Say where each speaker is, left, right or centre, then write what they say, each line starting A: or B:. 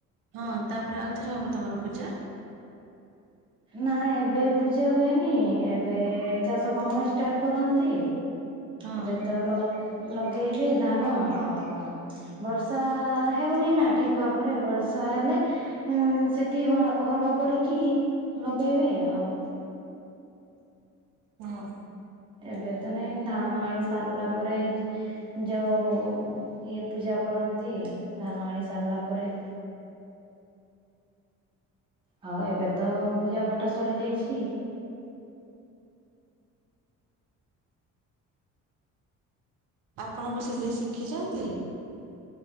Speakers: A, on the right; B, on the right.
A: ହଁ ତାପରେ ଆଉଥରେ ହବ ତମର ପୂଜା?
B: ନା ଏବେ ପୂଜା ହୁଏନି ଏବେ ଚାଷ କାମ ଷ୍ଟାର୍ଟ କରନ୍ତି।
A: ହଁ।
B: ଏବେ ତ ଲ ଲଗେଇବେ ଧାନ ଆଉ କଣ? ବର୍ଷା ହେଉନି ନା ଠିକ ଭାବରେ ବର୍ଷା ହେଲେ ସେଠି ହଳ ହ ଳ କରିକି ନଗେଇବେ ଆଉ।
A: ହଁ।
B: ଏବେ ତ ନାଇଁ ଧାନ ଆଣି ସାରିଲା ପରେ ଯ ଯଉ ଇଏ ପୂଜା କରନ୍ତି ଧାନ ଆଣି ସାରିଲା ପରେ। ହଁ ଏବେ ତ ପୂଜା ପାଠ ସରି ଯାଇଛି।
A: ଆପଣ କଣ ସିଲେଇ ଶିଖିଛନ୍ତି?